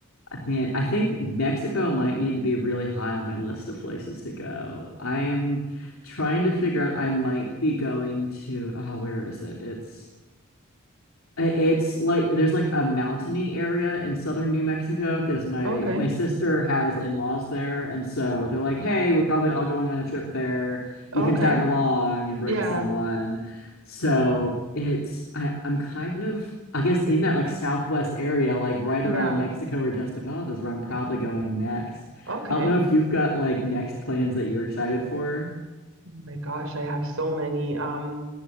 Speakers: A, on the left; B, on the right.
A: man, I think Mexico might need to be really high on my list of places to go. I am trying to figure out I might be going to oh, where is it? It's It's like there's like a mountainy area in southern New Mexico because my
B: Okay.
A: my sister has in-laws there, and so they're like, "Hey, we're probably all going on a trip there. You
B: Okay.
A: can tag along and bring
B: Yeah.
A: someone." So it's I, I'm kind of I guess in that like southwest area, like right
B: Yeah.
A: around Mexico or just above is where I'm probably going next.
B: Okay.
A: I don't know if you've got like next plans that you're excited for.
B: Oh my gosh, I have so many. Um,